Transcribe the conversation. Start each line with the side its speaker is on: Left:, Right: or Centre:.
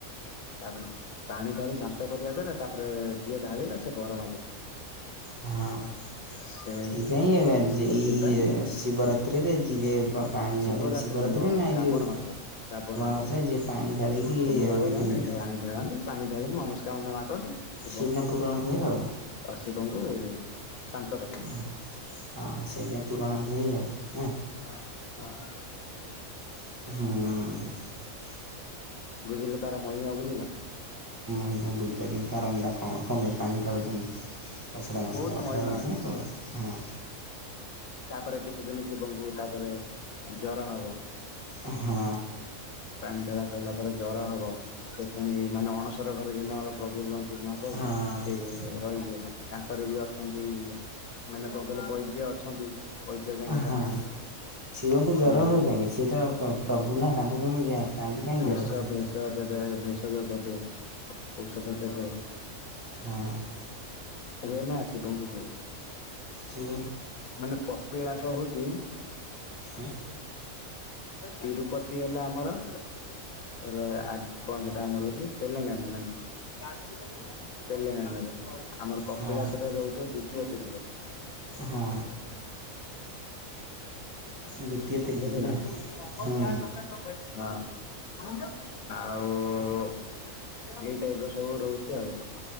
Left: ତାପରେ ପାଣି ଢାଳି ଶାନ୍ତ କରିବା ଦ୍ଵାରା ତାପରେ ଯିଏ ଢାଳିଲା ସେ ବର ମାଗିଥିଲା।
Right: ହଁ
Left: ସେ
Right: ସେଇପାଇଁ ଏଇ
Left: ସେଥିପାଇଁ
Right: ଏ ଶିବରାତ୍ରିରେ ଯିଏ ବା ପାଣି
Left: ଶିବରାତ୍ରି
Right: ଢାଳିକି ଶିବରାତ୍ରିରେ
Left: ନୁହଁ ଆଉ
Right: ନା
Left: ଶ୍ରାବଣ
Right: ଏଇ ଯେଉଁ
Left: ମାସ ଶ୍ରାବଣ ମାସର
Right: ମାସରେ ଯିଏ ପାଣି ଢାଳିକି
Left: ହଁ ସୋମବାର
Right: ଆଉ ଏଇ
Left: ଯାଇଁ
Right: ଯେଉଁ
Left: ପାଣି ଢାଳନ୍ତି। ପାଣି ଢାଳିକି ମନସ୍କାମନା ମାଗନ୍ତି। ଶିବଙ୍କୁ
Right: ସଦିନପୁର ହଉ।
Left: ଶିବଙ୍କୁ। ରଖନ୍ତି
Right: ହଁ ହ ସେଇ। ପୁରଣା ହେ ହେ ନାଁ।
Left: ହଁ ହଁ।
Right: ହଁ।
Left: ବୁଝିଲ ତାର ମହିମା ବୁଝିଲ।
Right: <unintelligible> କାରଣଟା କମା କମେ ପାଣି ଢାରୁୁଛନ୍ତି। ଅସାମସ
Left: ବହୁତ ମହିମା ଅଛି
Right: କ ହଁ।
Left: ତାପରେ କେତେ ଦିନ ଶିବଙ୍କୁ ତାପରେ ଜର ହବ।
Right: ହଁ ହଁ
Left: ପା। ଧେଳା ସୋଇିଲା ପରେ ଜ୍ୱର ହବ ସେ ପୁଣି ମାନେ ଅଣସର ଘରେ ଯେ ପ୍ରଭୁ। ଗୋ ମା ବାବୁ
Right: ହଁ
Left: ସେ ରହିବେ। ତାଙ୍କର ବି ଅଛନ୍ତି ମାନେ କଣ କହିଲେ ବୈଦ ଅଛନ୍ତି। ବୈଦ ଯାଇକି ତାଙ୍କୁ
Right: ହଁ ଶିବଙ୍କୁ ଜ୍ୱର
Left: ଏଇ
Right: ହୁଏ କାହିଁକି ସିଏ ତ ପ୍ର ପ୍ରଭୁ ନା ତାଙ୍କୁ କେମିତି ଯା ତାଙ୍କୁ କାହିଁ
Left: ଭେଷ
Right: ଜ୍ୱର ହୁଏ
Left: ଭେଷ ଦେବେ। ଭେଷଜ ଦେବେ। ଔଷଧ ଦେବେ।
Right: ହଁ
Left: ହୁଏ ନା ଅଛି ବଙ୍ଗ ହୁଏ।
Right: ସେ
Left: ମାନେ କପିଳାସ ହଉଛି। <unintelligible>
Right: ହଁ।
Left: ତିରୁପତି ହେଲା ଆମର କଣ ସେଟା ଆମର ରହୁଛି ତେଲେଙ୍ଗାନା ନା କଣ। ତେଲଙ୍ଗାନରେ। ହଉ। ଆମର କପିଳା୍ୱରରେ
Right: ହଁ
Left: ରହୁଛ। ଦୀୟ ତିରୁପତି।
Right: ହଁ।
Left: ହମ। <inaudible>
Right: ଦ୍ୱିତୀୟ ତିରୁପତି
Left: ଆଉ
Right: ନା ହୁଁ
Left: ଏଇ ଟାଇପ ର ସବୁ ରହୁଛି ଆଉ।